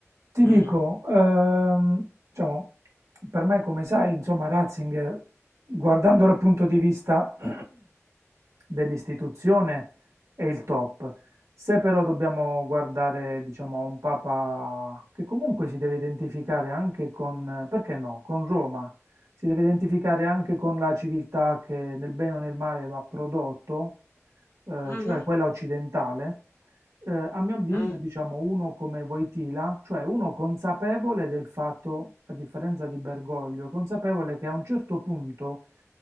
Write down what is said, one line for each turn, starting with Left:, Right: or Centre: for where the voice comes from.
Right: Ti
Left: Mh.
Right: dico, ehm, diciamo, per me, come sai, insomma, Ratzinger, guardando dal punto di vista <clears throat> dell'istituzione, è il top. Se però dobbiamo guardare, diciamo, a un papa che comunque si deve identificare anche con, perché no, con Roma, si deve identificare anche con la civiltà che nel bene o nel male lo ha prodotto, eh,
Left: Mh-mh.
Right: cioè quella occidentale. Eh, a mio avviso,
Left: Mh,
Right: diciamo, uno come Wojtyla, cioè uno consapevole del fatto, a differenza di Bergoglio, consapevole che a un certo punto